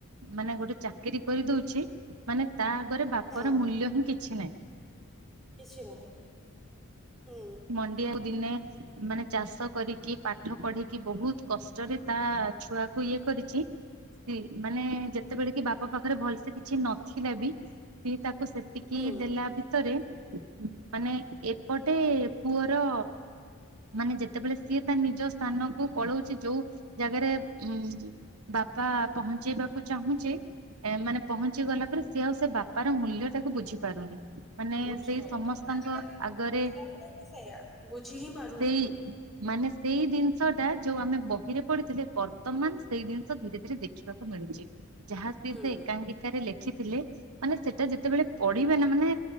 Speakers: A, on the right (about 80°); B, in the centre.
A: ମାନେ ଗୋଟେ ଚାକିରିୀ କରିଦଉଛି ମାନେ ତା ଆଗରେ ବାପ
B: ହଁ
A: ର ମୂଲ୍ୟ ହିଁ କି କିଛି ନାହିଁ।
B: କିଛି ନାହିଁ ହୁଁ।
A: ମଣ୍ଡି ଆଉ ଦିନେ ମାନେ ଚାଷ କରିକି ପାଠ ପଢ଼ିକି ବହୁତ କଷ୍ଟରେ ତା ଛୁଆକୁ ଇଏ କରିଚି। ମାନେ ଯେତେବେଳେ କି ବାପା ପାଖରେ ଭଲସେ କିଛି ନଥିଲା ବି ସିଏ ତାକୁ ସେତିକି
B: ହୁଁ।
A: ଦେଲା ଭିତରେ ମାନେ ଏପଟେ ପୁଅର ମାନେ ଯେତେବେଳେ ସିଏ ତା ନିଜ ସ୍ଥାନକୁ ପଳଉଛି ଯୋଉ ଜାଗାରେ ଉ ବାପା ପହଞ୍ଚେଇବାକୁ ଚାହୁଁଚି ଏ ମାନେ ପହଞ୍ଚି ଗଲା ପରେ ସେ ଆଉ ସେ ବାପାର ମୂଲ୍ୟ ଟାକୁ ବୁଝି ପାରୁନି। ମାନେ
B: ବୁଝିପାରୁନି
A: ସେଇ ସମସ୍ତଙ୍କ
B: ଆଜିକାଲି
A: ଆଗରେ
B: <unintelligible> ସେଇଆ ବୁଝି ହିଁ ବା
A: ସେଇ ମାନେ ସେଇ ଦିନ ଷ ଟା ଯୋଉ ଆମେ ବହିରେ ପଢଥିଲେ ବର୍ତ୍ତମାନ ସେଇ ଜିନିଷ ଧୀରେ ଧୀରେ ଦେଖିବାକୁ ମିଳୁଛି। ଯାହା ସିଏ
B: ହୁଁ।
A: ସେ ଏକାଙ୍କିକାରେ ଲେଖିଥିଲେ ମାନେ ସେଟା ଯେତେବେଳେ ପଢିବେ ନା ମାନେ